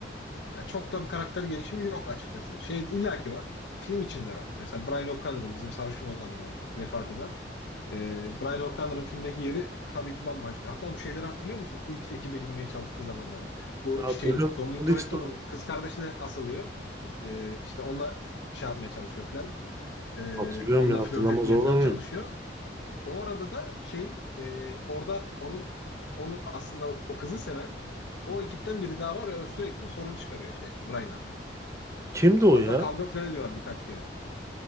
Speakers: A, on the left (about 70°); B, on the right (about 15°).
A: ya çok da bir karakter gelişimi yok açıkçası. Şey illaki var. Film içinde var. Mesela Brian O'Connor'ın bizim sarışın olan yani vefat eden. E, Brian O'Connor'ın filmdeki yeri tabii ki bambaşka. Hatta bu şeyleri hatırlıyor musun? İlk ekibe girmeye çalıştığı zamanları. Bu
B: <laughs> Hatırlıyorum.
A: şeyin Dominic
B: Polisi
A: Toretto'nun
B: bu.
A: kız kardeşine asılıyor. E, işte onunla şey yapmaya çalışıyor filan. Ee,
B: Hatırlıyorum
A: onunla
B: ya. Hatırlamaz
A: flört etmeye
B: olur
A: falan
B: muyum?
A: çalışıyor. O arada da şeyin e, orada onun onu aslında o, o kızı seven o ekipten biri daha var ve o sürekli sorun çıkarıyor şey Brian'a.
B: Kimdi o
A: Hatta
B: ya?
A: kavga falan ediyorlar birkaç kere.